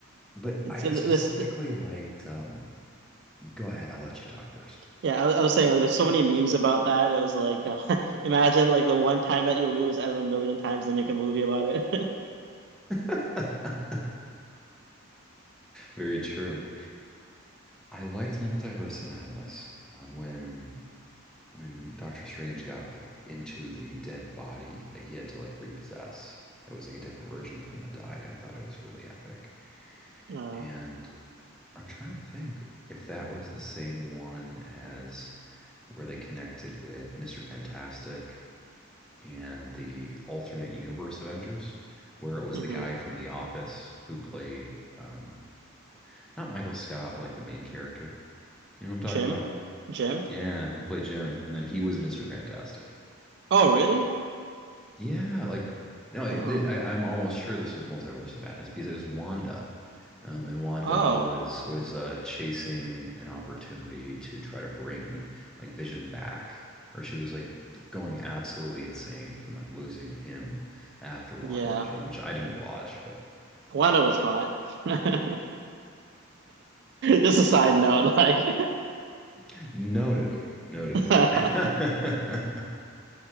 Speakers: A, in the centre; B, on the right (about 50°).
A: But
B: it's
A: I
B: uh, this.
A: specifically liked um go ahead, I'll let you talk first.
B: Yeah, I, I was saying like there's so many memes about that. It was like uh, <laughs> imagine like the one time that you lose out of a million times they make a movie about it. <laughs>
A: <laughs> Very true. I liked Multiverse of Madness um, when when Doctor Strange got like into the dead body that he had to like repossess. That was like a different version of him that died. I thought it was really epic.
B: Uh,
A: And I'm trying to think if that was the same one as where they connected with Mr. Fantastic and the alternate universe Avengers, where it was
B: mm-hmm.
A: the guy from The Office who played um, not Michael Scott, but like the main character. You know what I'm talking
B: Jim,
A: about?
B: Jim.
A: Yeah, he played Jim, and then he was Mr. Fantastic.
B: Oh, really?
A: Yeah, like no, I,
B: Oh,
A: th I, I'm almost sure this was Multiverse of Madness because it was Wanda, um, and Wanda
B: oh,
A: was was uh, chasing an opportunity to try to bring like Vision back, or she was like going absolutely insane from like losing him after WandaVision,
B: yeah.
A: which I didn't watch, but
B: Wanda was hot. <laughs> Just a side note, like,
A: <laughs> noted, noted.
B: <laughs>
A: <laughs>